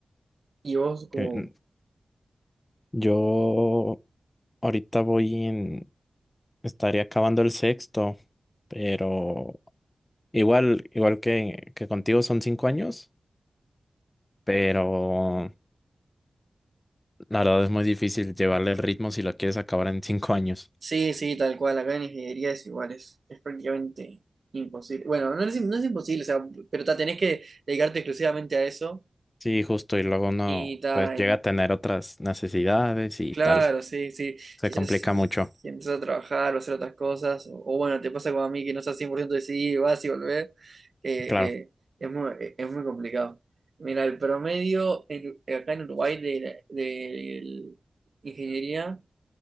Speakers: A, on the right; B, on the left.
A: ¿Y vos, como...
B: que mm, yo ahorita voy en, estaría acabando el sexto, pero igual, igual que, que contigo son cinco años, pero la verdad es muy difícil llevarle el ritmo si lo quieres acabar en cinco años.
A: Sí, sí, tal cual. Acá en ingeniería es igual, es, es prácticamente imposible. Bueno, no es, im- no es imposible, o sea, pero ta, tenés que dedicarte exclusivamente a eso.
B: Sí, justo, y luego uno
A: Y ta,
B: pues llega
A: y no-
B: a tener otras necesidades y
A: claro,
B: tal.
A: sí, sí.
B: Se
A: Si
B: complica
A: ya se- si
B: mucho.
A: empezás a trabajar o hacer otras cosas, o, o bueno, te pasa como a mí que no estás 100% decidido, vas y volvés, eh,
B: Claro.
A: eh, es muy, eh, es muy complicado. Mira, el promedio en- acá en Uruguay de, la- de ingeniería